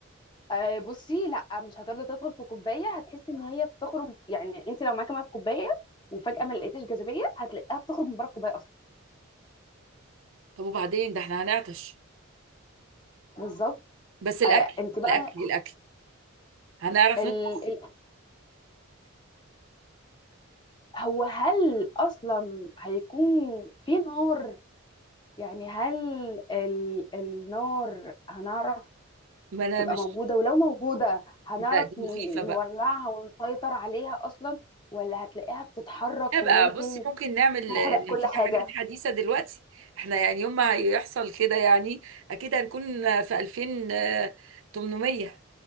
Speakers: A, on the left (about 20°); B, on the right (about 65°).
A: آه، بصي لا مش هترضى تدخل في كوبايه هتحسي ان هي بتخرج يعني انت لو معاكي ميه في كوبايه وفجاه ما لقيتيش جاذبيه هتلاقيها بتخرج من بره الكوبايه اصلا
B: طب وبعدين ده احنا هنعطش
A: بالظبط
B: بس الاكل
A: آه، انت بقى
B: الاكل الاكل هنعرف
A: ال-
B: نطبخ
A: هو هل اصلا هيكون في نار يعني هل ال... النار هنعرف
B: ما انا
A: تبقى
B: مش
A: موجودة ولو موجودة هنعرف
B: لا دي
A: ن-
B: مخيفه بقى
A: نولعها ونسيطر عليها اصلا ولا هتلاقيها بتتحرك
B: لا بقى
A: وممكن
B: بصي ممكن نعمل
A: تحرق
B: آه،
A: كل
B: في
A: حاجة
B: حاجات حديثه دلوقتي احنا يعني يوم ما هيحصل كده يعني اكيد هنكون في 2800